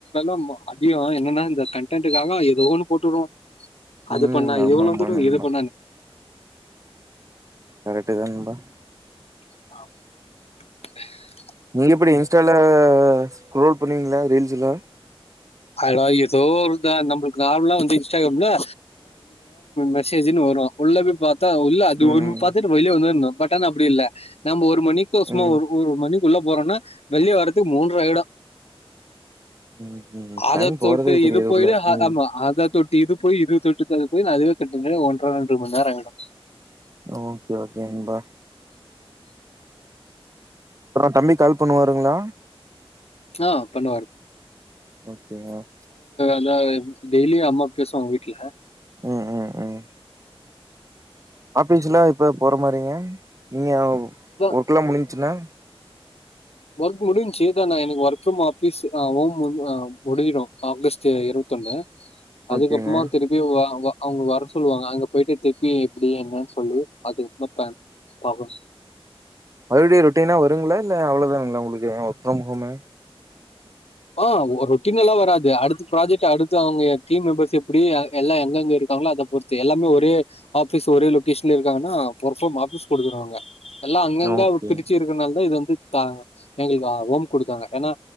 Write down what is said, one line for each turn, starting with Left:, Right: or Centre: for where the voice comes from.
Left: ஆமா அதிக என்னன்னா இந்த கன்டென்னுகாக ஏதோ ஒன்னு போட்டுருரோ அது
Right: ம்
Left: பண்ணா
Right: ஆமாமா
Left: இவ்வளவு வந்துரு
Right: நண்பா.
Left: இது பண்ண
Right: கரெக்ட் தா நண்பா
Left: ஆஹ <inaudible>
Right: நீங்க எப்டி இன்ஸ்டல ரோல் பண்ணுவீங்களா ரீல்ஸ்ல
Left: அத ஏதோ ஒருான் நம்மளுக்கு நல்லாம் வந்து இன்ஸ்டாகிராம்லஹ மெசேஜ்ன்னு வரும் உள்ளபய பா <unintelligible> த்ல்ல அது
Right: ம்
Left: ஒன்ன பாத்த்த்திர வயிலி வந்தன்னா <unintelligible> பட் அப்டி இல்ல நம்ப ஒரு மணிக்கு சும்மா
Right: ம்
Left: ஒரு ஒரு மணிக் உள்ள போறோனா வெளிய வரத்துக்கு மூன்ற ஆயிடும்
Right: ம் ம்.
Left: ஆதா
Right: டைம்
Left: தொட்டு
Right: போறதே தெரியாது
Left: இது போயட்டு
Right: உள்ள. ம்.
Left: ஆமா ஆதா தொட்டு இது போய் இது தொட்டு அது போய் அதுவே கட்ட ஒன்றரை ரெண்டு மணி நேரம் ஆகிடும்
Right: ஓகே ஓகோ நண்பா தம்பி கால் பண்ணுவாருங்களா
Left: ஆஹ் பண்ணுவாரு
Right: உம் உம்
Left: ல்ல டெய்லியும் அம்மா பேசுவாங்க வீட்டுல
Right: உம் உம் உம் ஆபீஸ்லாம் இப்ப போற மாரிங்க நீங்க
Left: அதா
Right: ஒர்க்குல்லாம் முடிஞ் ச்சனா
Left: ஒர்க் முடிஞ்சச்சுதான் நான் எனக்கு ஒர்க் ப்ரம் ஆபீஸ் ஹோம் முஞ்சிடும் ஆகஸ்ட் இருபத்தொண்ணு அதுக்கப்பறமா
Right: ஓகேங்க
Left: திருப்பி வா வா அவங்க வர சொல்லுவாங்க அங்க போயிட்டு திருப்பி எப்படி என்னன்னு சொல்லி அதுக்கப்பறம் பா பாக்கணும்
Right: மறுபடி ரொட்டனா இருங்களா இல்ல அவ்வளோதான உங்களுக்கு ஒர்க் பிரம் ஹோமு
Left: ஆஹ் ரொட்டின் நல்லாம் வராது அடுத்து ப்ராஜெக்ட் அடுத்து அவங்க டீம் மெம்பர்ஸ் எப்டி அ எல்லா எங்கெங்க இருக்காங்களோ அத பொறுத்து எல்லாமே ஒரே ஆஃபீஸ் ஒரே லொக்கேஷன்ல இருக்காங்கன்னா ஒர்க் ப்ஃரம் ஆஃபீஸ் குடுத்துருவாங்க எல்லா அங்கங்க
Right: ஓகே
Left: பிரிச்சு இருக்கனாலதா இது வந்து தாங்க எங்களுக்கு ரூம் கொடுத்தாங்க ஏன்னா